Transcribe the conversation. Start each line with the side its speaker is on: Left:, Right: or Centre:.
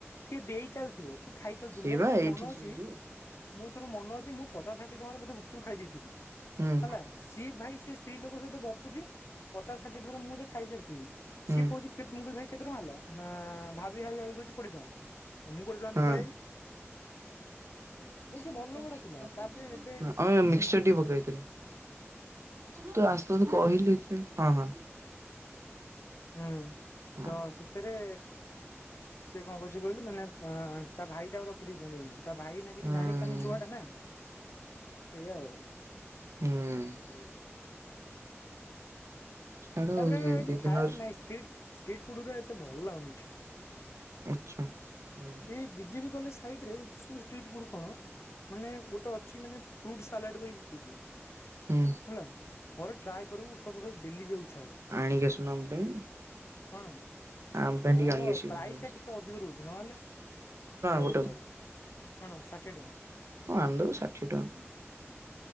Left: ସିଏ ଦେଇ ଚାଲିଥିବ। ତୁ ଖାଇ ଚାଲ ଥିବୁ
Right: ସେଇ
Left: ମୋର
Right: ବା
Left: ଥୋର
Right: ଏଇଠି
Left: ମନେ
Right: ସେଇ
Left: ଅଛି
Right: ଯୋଉ
Left: ମୁଁ ଥରେ ମନ ଅଛି ମୁଁ ପଚାଶ ଷାଠିଏ ଟଙ୍କାର ବୋଧେ ଗୁପଚୁପ୍ ଖାଇ ଦେଇଥିବି
Right: ହୁଁ
Left: ହେଲା। ସିଏ ଭାଇ ସେ ସ୍ତ୍ରୀ ଲୋକଙ୍କ ସହିତ ଗପୁଛି ପଚାଶ ଷାଠିଏ ଥର ମୁଁ ମୋତେ ଖାଇସାରିଥିବି ସିଏ
Right: ହୁଁ।
Left: କହୁଛି କେତ ମୁଁ କହିଲି ଭାଇ କେତେ ଟଙ୍କା ହେଲା ନା ଭାବି ଭାବି ଭାବି କହୁଛି କୋଡ଼ିଏ ଟଙ୍କା ମୁଁ କୋଡ଼ିଏ ଟଙ୍କା ଦେଇକି
Right: ହଁ
Left: ପଳେଇ ଆଇଲି।
Right: <unintelligible>
Left: ଭାଇ ସେ ଭଲ ଲୋକଟା ଥିଲା ତାପରେ ଏବେ
Right: ତୁ ଆସୁନୁ କହିଲି <unintelligible> ହଁ ହଁ।
Left: ହୁଁ
Right: ହଁ
Left: ତ ଶୀତରେ ସେ କଣ କରଛି କହିଲୁ ମାନେ ଅ ତା ଭାଇ ତାକୁ ରଖିଦେଇଛନ୍ତି ଏଇନା ତା ଭାଇ ଏଇନା କିଛି
Right: ହୁଁ।
Left: ଜାଣି ପରୁନି ଛୁଆ ଟା ନା ସେଇଆ ଆଉ।
Right: ହୁଁ ହୁଁ।
Left: ହୁଁ।
Right: ଛାଡ
Left: ତାପରେ ଏଠି
Right: ବିଗିନର
Left: ଖାଏ ନାଇଁ ଷ୍ଟ୍ରିଟ୍ ଫୁଡ ରା ଏତେ ଭଲ ଲାଗୁନି ଏଠି।
Right: ଆଚ୍ଛା ହୁଁ।
Left: ଏଇ ବିଜେପି କଲେଜ ସାଇଡରେ ଏତେ ସବୁ ଷ୍ଟିଟ୍ ଫୁଡ କଣ? ମାନେ ଗୋଟେ ଅଛି ମାନେ ଫ୍ରୁଟ ସାଲାଡ଼ ବି ବିକୁଛି।
Right: ହୁଁ
Left: ନୋ ଥରେ ଟ୍ରାଏ କରିବୁ ସବୁବେଳେ ଡେଲି ଯିବାକୁ ଇଚ୍ଛା ହବ।
Right: ଆଣିକି ଆସୁନ ଆମ ପାଇଁ
Left: କଣ
Right: ଆମ ପାଇଁ
Left: ନା
Right: ଟିକେ
Left: ମ
Right: ଆଣିକି ଆସିବୁ।
Left: ପ୍ରାଇସ୍ ଟା ଟିକେ ଅଧିକ ରହୁଛି ନହେଲେ ଖାଇବାକୁ
Right: ଗୋଟାକୁ
Left: ବଢ଼ିଆ ଲାଗୁଛି କଣ ଷାଠିଏ ଟଙ୍କା?
Right: ହଁ ଆଣ୍ ଦବୁ ଷାଠିଏ ଟଙ୍କା ତ।